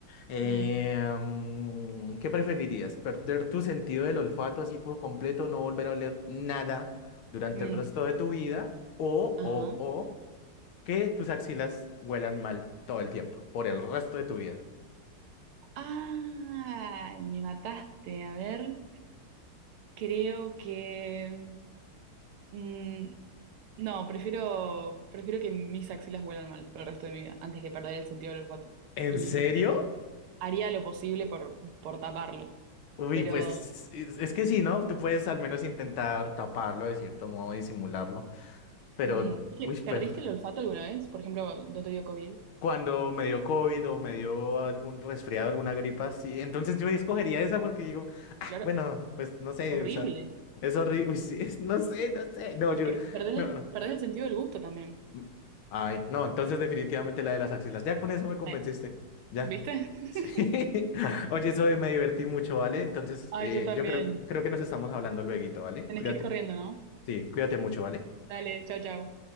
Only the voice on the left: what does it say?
Eh,
mm, ¿qué preferirías? ¿Perder tu sentido del olfato así por completo, no volver a oler nada durante
el resto de tu vida? ¿O,
o, o que tus axilas huelan mal todo el tiempo, por el resto de tu vida?
¿En
serio?
Uy,
pues es, es que sí, ¿no? Tú puedes al menos intentar taparlo de cierto modo, disimularlo, pero...
Uy,
pues
cuando me dio COVID o me dio algún resfriado, alguna gripa, sí. Entonces yo escogería esa porque digo,
bueno, pues no sé,
o sea, es horrible. <laughs> no sé, no sé. No,
yo,
no.
mm, Ay, no, entonces definitivamente la de las axilas. Ya con eso me convenciste.
Ya.
Sí. <laughs> Oye, eso me divertí mucho, ¿vale? Entonces,
eh,
yo creo, creo que nos estamos hablando lueguito, ¿vale?
Cuídate.
Sí, cuídate mucho, ¿vale?